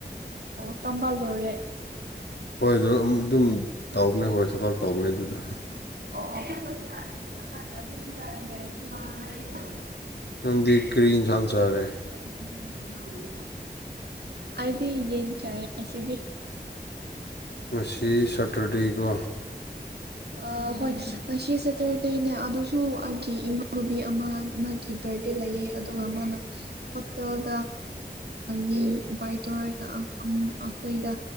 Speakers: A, on the right; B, on the left.
A: ꯑꯣ ꯇꯝꯕ ꯂꯣꯏꯔꯦ
B: ꯍꯣꯏ ꯑꯗꯨ ꯎꯝ ꯑꯗꯨꯝ ꯇꯥꯎꯕꯅꯦ ꯍꯣꯏ ꯊꯕꯛ ꯇꯥꯎꯕꯅꯦ ꯑꯗꯨꯗ
A: ꯑꯣ ꯑꯣ <unintelligible>
B: ꯅꯪꯗꯤ ꯀ꯭ꯔꯤ ꯏꯟꯖꯥꯟ ꯆꯥꯔꯦ
A: <unintelligible> ꯑꯩꯗꯤ ꯌꯦꯟ ꯆꯥꯏꯌꯦ ꯉꯁꯤꯗꯤ
B: ꯉꯁꯤ ꯁꯇꯔꯗꯦꯒꯣ
A: ꯑ ꯍꯣꯏ ꯉꯁꯤ ꯁꯦꯇꯔꯗꯦꯅꯦ ꯑꯗꯨꯁꯨ ꯑꯩꯒꯤ ꯏꯃꯥꯟꯅꯨꯕꯤ ꯑꯃ ꯃꯥꯒꯤ ꯕꯔꯗꯦ ꯂꯩꯌꯦ ꯑꯗꯨꯒ ꯃꯥꯅ ꯍꯣꯇꯦꯜꯗ ꯌꯦꯟ ꯎꯄꯥꯏ ꯇꯧꯔꯒ ꯑ ꯑꯃꯨꯛ ꯑꯈꯣꯏꯗ